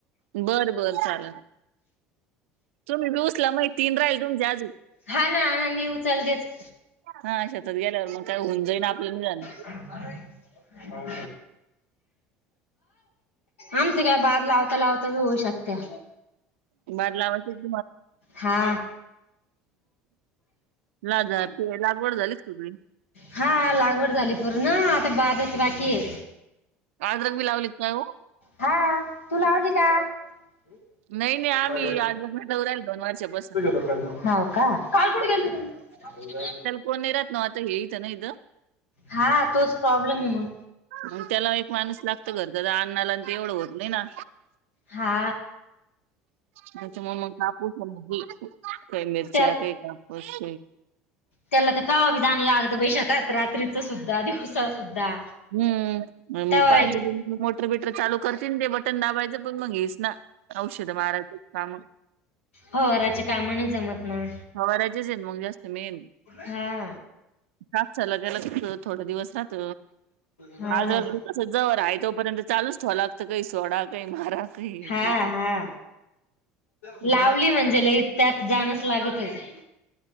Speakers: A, on the right; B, on the left.
A: बरं बर चालं तुम्ही बी सला माहिती तीन राहील तुमच्या अजून
B: हा ना ह मी उचलतेच
A: हा शतात गेल्यावर मग काय होऊन जाईन आपलं म जाण
B: हो आमच काय बाद लावता लावता होऊ शकत्या
A: कर- बाद लावायची का
B: हा
A: ला जा ते लागवड झाली सगळी
B: हा लागवड झाली पूर्ण आता बादच बाकी आहे
A: अद्रक बी लावली का काय हो
B: हा तू लावली का का
A: नाही नाही आम्ही अद्रक लावू राहील दोन वर्षापासून
B: काल कुट गेलता तुम्ही
A: कोणनराात नव आता हेयत ना इ
B: हा तोच प्रॉब्लेम आहे मग
A: मग त्याला एक माणूस लागत करता अण्णाला आणि ते एवढं होत नाही ना
B: हा
A: त्याच्या मग मग कापूस म्ह काही मिरच्या
B: त्या
A: काही कापूस
B: त्याला तर कवा बी जागला लागत पैशातात रात्रीच सुद्धा दिवसा सुद्धा
A: हम्म
B: तवा
A: पाणी
B: येते
A: मोटर बिटर चालू करतील ते बटन दाबायचं पण मग येस ना औषध माराज काम
B: हो रची कामण जमत ना
A: हवडाचेच आहेत मग जास्त मेन
B: हा
A: कापसा लगायलाच थोडा दिवस राहत
B: हा
A: आज जव आहे तोपर्यंत चालूच ठेवावालागतं काही सोडा का मारात काही
B: हा
A: त
B: हा
A: म
B: लावली म्हणजे लई त्यात जाणच लागत आहे